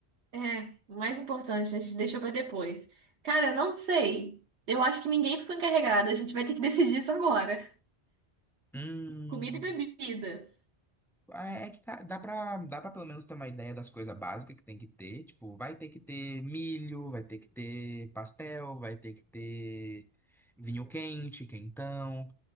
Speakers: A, on the right; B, in the centre.
A: É, o mais importante, a gente deixou pra depois. Cara, eu não sei. Eu acho que ninguém ficou encarregado. A gente vai ter que <laughs> decidir isso agora.
B: Hum.
A: Comida e bebida.
B: ah, É que tá- dá pra, dá pra pelo menos ter uma ideia das coisas básicas que tem que ter. Tipo, vai ter que ter milho, vai ter que ter pastel, vai ter que ter vinho quente, quentão.